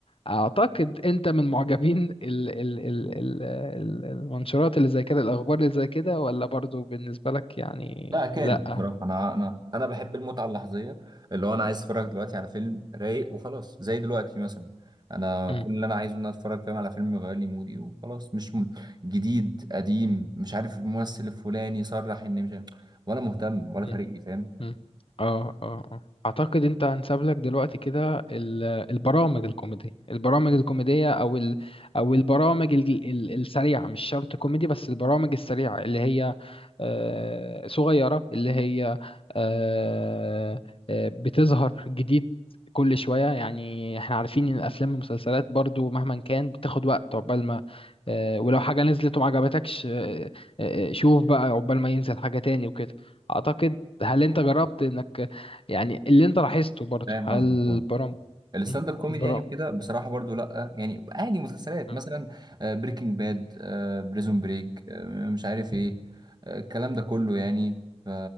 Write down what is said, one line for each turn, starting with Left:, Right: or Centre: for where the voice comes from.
Left: اعتقد انت من معجبين ال ال ال ال ال- المنشورات اللي زي كده الاخبار اللي زي كده ولا برضو بالنسبة لك يعني
Right: لا كارف
Left: لا
Right: بصراحة أنا أنا أنا بحب المتعة اللحظية اللي هو أنا عايز أتفرج دلوقتي على فيلم رايق وخلاص زي دلوقتي مثلا أنا
Left: مم،
Right: كل اللي أنا عايزه إن أنا أتفرج فاهم على فيلم يغير لي مودي وخلاص مش م... جديد قديم مش عارف الممثل الفلاني صرح إن مش عارف- ولا مهتم ولا
Left: مم.
Right: فارق لي فاهم
Left: مم. اه اه اه اعتقد انت هنساب لك دلوقتي كده ال- البرامج الكوميدية البرامج الكوميدية او ال او البرامج ال- ال- السريعة مش شرط كوميدي بس البرامج السريعة اللي هي آه، صغيرة اللي هي آه، آه، بتظهر جديد كل شوية يعني احنا عارفين ان الافلام والمسلسلات برضو مهما كان بتاخد وقت عقبال ما آه، ولو حاجة نزلت وما عجبتكش آه، آه، آه، شوف بقى عقبال ما ينزل حاجة تاني وكده اعتقد هل انت جربت انك يعني اللي انت لاحظته برضه
Right: فاهم
Left: هل
Right: قصدي
Left: البرام
Right: أه الستاند
Left: مم.
Right: اب كوميدي
Left: البرام
Right: يعني وكده بصراحة برضو لأ يعني عادي مسلسلات
Left: مم.
Right: مثلا آه، بريكنج باد آه، بريزون بريك آه، مش عارف إيه آه، الكلام ده كله يعني ف